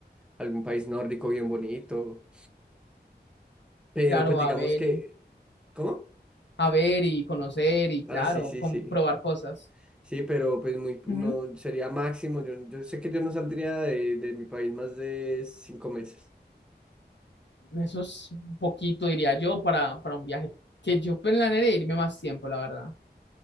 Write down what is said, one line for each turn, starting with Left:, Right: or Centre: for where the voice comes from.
Centre: algún país nórdico bien bonito, pero
Left: Claro,
Centre: pues digamos
Left: a ver
Centre: que,
Left: y
Centre: ¿cómo?
Left: a ver y conocer y
Centre: Ah,
Left: claro,
Centre: sí, sí,
Left: comprobar
Centre: sí.
Left: cosas.
Centre: Sí, pero pues muy, no,
Left: Ujú.
Centre: sería máximo. Yo, yo sé que yo no saldría de, de mi país más de cinco meses.
Left: Eso es un poquito, diría yo, para, para un viaje que yo planearé irme más tiempo, la verdad.